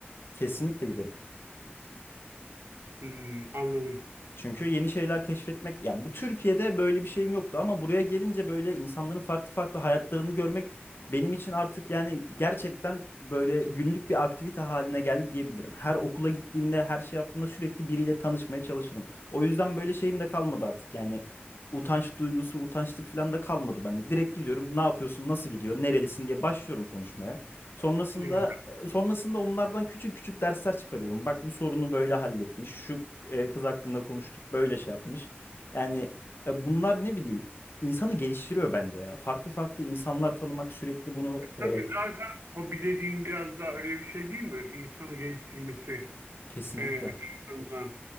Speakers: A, on the left; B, on the right.
A: Kesinlikle gidelim.
B: Hmm, anladım.
A: Çünkü yeni şeyler keşfetmek ya bu Türkiye'de böyle bir şeyim yoktu ama buraya gelince böyle insanların farklı farklı hayatlarını görmek benim için artık yani gerçekten böyle günlük bir aktivite haline geldi diyebilirim. Her okula gittiğimde, her şey yaptığımda sürekli biriyle tanışmaya çalışırım. O yüzden böyle şeyim de kalmadı artık. Yani utanç duygusu, utançlık falan da kalmadı bende. Direkt gidiyorum. Ne yapıyorsun? Nasıl gidiyor? Nerelisin diye başlıyorum konuşmaya. Sonrasında
B: Ne güzel.
A: Sonrasında onlardan küçük küçük dersler çıkarıyorum. Bak bu sorunu böyle halletmiş. Şu e, kız hakkında konuştuk, böyle şey yapmış. Yani e, bunlar ne bileyim insanı geliştiriyor bence ya. Farklı farklı insanlar tanımak sürekli bunu
B: Tabii
A: e,
B: zaten hobi dediğin biraz daha öyle bir şey değil mi? İnsanı geliştirmesi
A: kesinlikle.
B: e, açısından.